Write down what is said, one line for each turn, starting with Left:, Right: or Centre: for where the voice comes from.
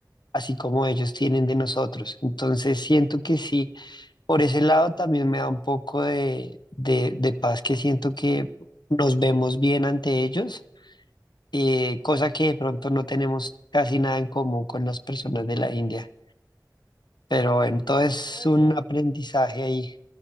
Left: así como ellos tienen de nosotros. Entonces siento que sí, Por ese lado también me da un poco de, de- de paz que siento que nos vemos bien ante ellos, eh, cosa que de pronto no tenemos casi nada en común con las personas de la India. Pero
Right: Sí,
Left: bueno, todo es
Right: la verdad,
Left: un aprendizaje ahí.